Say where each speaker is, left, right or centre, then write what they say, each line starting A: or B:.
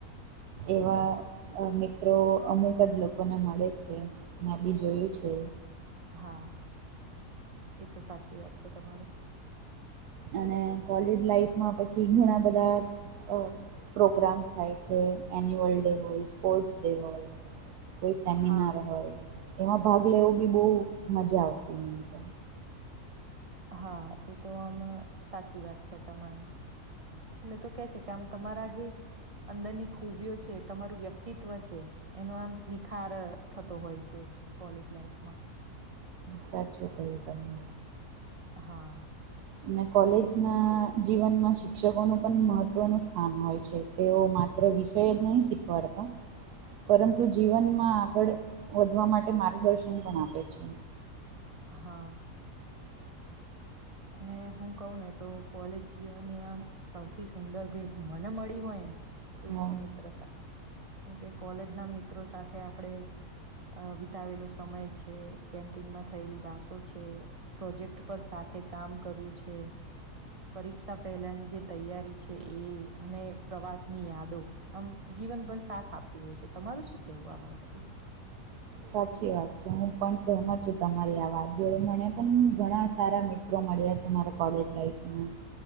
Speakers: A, on the right; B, on the right.
A: એવા મિત્રો અમુક જ લોકોને મળે છે. મે બી જોયું છે.
B: હા એ તો સાચી વાત છે, તમારી
A: અને કોલેજ લાઈફમાં પછી ઘણા બધા અ પ્રોગ્રામ્સ થાય છે, એન્યુઅલ ડે હોય, સ્પોર્ટ્સ ડે હોય, કોઈ સેમિનાર
B: હા
A: હોય એમાં ભાગ લેવું બી બહુ મજા આવતી હોય એમતો
B: હા એ તો આમ સાચી વાત છે તમારી. એટલે તો કે છે કે આમ તમારા જે અંદરની ખૂબીઓ છે, તમારું વ્યક્તિત્વ છે. એનો આમ નિખાર થતો હોય છે, કોલેજ લાઈફમાં
A: સાચું કહ્યું તમે.
B: હા.
A: અને કોલેજ ના જીવનમાં શિક્ષકોનું પણ મહત્વનું સ્થાન હોય છે. તેઓ માત્ર વિષય જ નહી શીખવાડતા પરંતુ જીવનમાં આગળ વધવા માટે માર્ગદર્શન પણ આપે છે.
B: હા. અને હું કહું ને તો કોલેજ જીવનની આમ સૌથી સુંદર ભેટ મને મળી હોય ને તો
A: હા.
B: એ છે મિત્રતા જેમ કે કોલેજ ના મિત્રો સાથે આપડે અ વિતાવેલો સમય છે, કેન્ટીનમાં થયેલી વાતો છે, પ્રોજેક્ટ પર સાથે કામ કરવું છે. પરીક્ષા પહેલાની જે તૈયારી છે, ‌ એ અને પ્રવાસની યાદો આમ જીવનભર સાથ આપતી હોય છે, તમારું શું કેવું આ બાબતે?
A: સાચી વાત છે હું પણ સહેમત છું તમારી આ વાત જોડે મને પણ ઘણા સારા મિ ત્ર મળ્યા છે મારા કોલેજ લાઈફમાં.